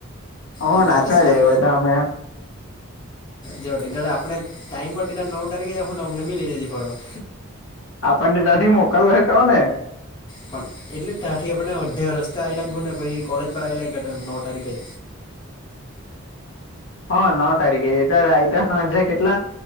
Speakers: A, on the left (about 65°); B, on the left (about 20°).
A: હ
B: અમર
A: નાચવા
B: ત સા
A: જાય બધા અમે
B: જો તે દાડે આપણે ટાઈમ નવ ટારીખે જ આવહું અમને બી લઈ જાજે ફરવા.
A: આપણને તાથી મોકલહે તો ને.
B: પણ એટલે ત્યાંથી આપડ ને અડધા રસ્તે આવી લાગ હુ ને પછી કોલેજ પર આવી લાયગા નવ તારીખે.
A: હા નવ તારીખે એટ રાય ટ હાજે કેટલા